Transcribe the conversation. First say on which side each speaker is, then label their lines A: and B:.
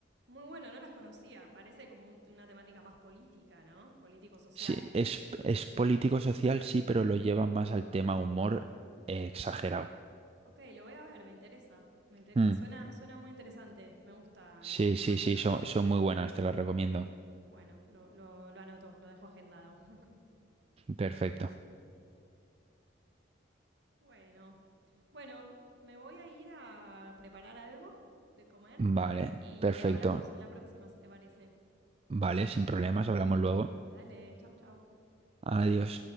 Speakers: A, on the right (about 60°); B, on the right (about 30°).
A: Muy bueno, no las conocía. Parece como un- una temática más política, ¿no? Político-social.
B: Sí, es, es político-social, sí, pero lo llevan más al tema humor eh, exagerado.
A: Ok, lo voy a ver, me interesa. Me interesa.
B: Mm.
A: Suena, suena muy interesante. Me gustan
B: Sí,
A: esas temáticas.
B: sí, sí, son, son muy buenas, te las recomiendo.
A: Bueno, lo, lo- lo anoto, lo dejo agendado. <laughs>
B: Perfecto.
A: Bueno. Bueno, me voy a ir a preparar algo de comer
B: Vale,
A: y
B: perfecto.
A: hablamos en la próxima, si te parece.
B: Vale, sin problemas, hablamos luego.
A: Dale, chau, chau.
B: Adiós.